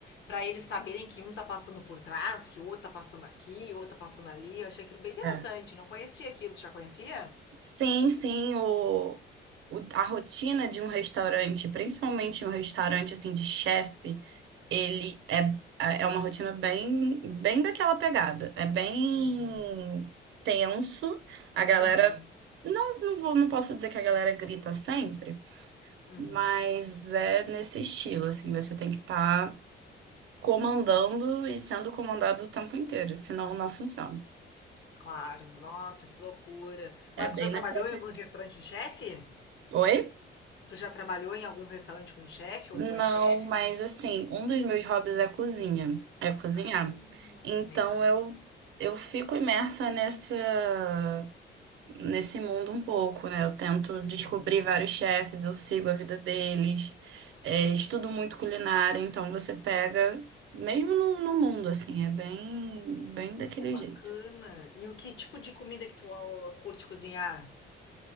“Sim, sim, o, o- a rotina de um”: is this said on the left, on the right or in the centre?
Right